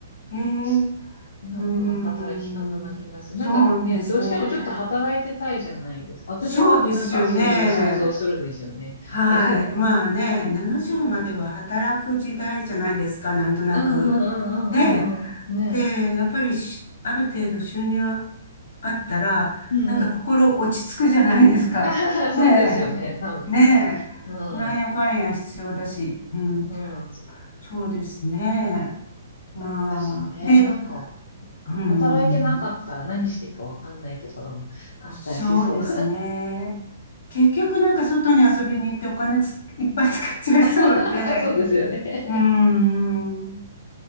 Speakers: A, on the left (about 60°); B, on the left (about 80°).
A: え
B: し
A: え
B: なんか、
A: うーん、
B: 働き方な気がする。
A: そうですね。
B: なんかね、どうしてもちょっと働いてたいじゃないですか。私はなんかそういう想像するんですよね。
A: そうですよね。はい。
B: <laughs>
A: まあね、70までは働く時代じゃないですか、
B: うん、うん
A: なんとなく。
B: うんうんうんうんうん。
A: ね。
B: ね
A: で、やっぱりしある程度収入あったら、
B: え。うんうん。
A: なんか心落ち着くじゃないですか。
B: <laughs>
A: ね
B: そうですよね、多分ね。
A: え。ねえ。
B: うん。
A: なんやかんや必要だし。
B: う
A: うん。
B: ん。
A: そうですね。まあ、
B: だしね、
A: で、
B: なんか、
A: うん。
B: 働いてなかったら何していいかわかんないところもあったりしそう。
A: そうですね。結局なんか外に遊びに行ってお金つ、いっぱい使っちゃいそうで、
B: <laughs> そうですよね。
A: うーん。